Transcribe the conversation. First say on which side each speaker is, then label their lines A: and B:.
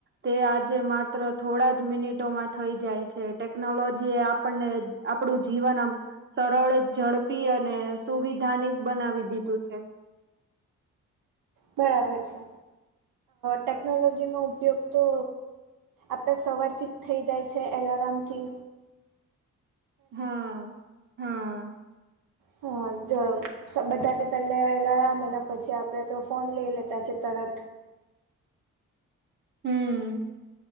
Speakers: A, on the right; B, on the right.
A: તે આજે માત્ર થોડા જ મિનિટોમાં થઈ જાય છે ટેકનોલોજી એ આપણને આપડું જીવન આમ સરળ ઝડપી અને સુવિધાાનિક બનાવી દીધું છે.
B: બરાબર છે ટેકનોલોજી નો ઉપયોગ તો આપણા સવારથી થઇ જાય છે એલાર્મ થી.
A: હા હા.
B: હા બધા પહેલા એટલે એલાર મહિના પછી આપડણે તો ફોન લઈ લેતા છે તરત
A: હમ